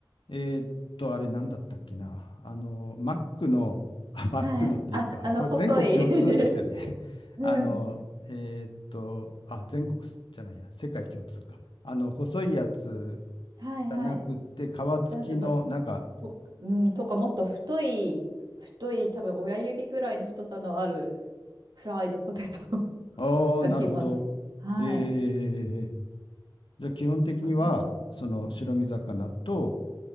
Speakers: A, on the left; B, on the right.
A: えーっと、あれなんだったっけな。あの、マックの、あマックのっていうか、
B: はい。あ、あの、
A: これ全国共通ですよね。
B: 細い <laughs>
A: <laughs>
B: うん。
A: あの、えーっと、あ、全国すじゃないや、世界共通か。あの、細いやつ
B: はいはい。
A: じゃなくて、皮付きの、
B: だからもう
A: なんか、
B: と、うん、とかもっと太い、太い、多分親指ぐらいの太さのあるフライドポテト <laughs>
A: ああ、
B: がきます。
A: なるほど。
B: はい。
A: えー、じゃあ基本的には、
B: そんな
A: その白身魚と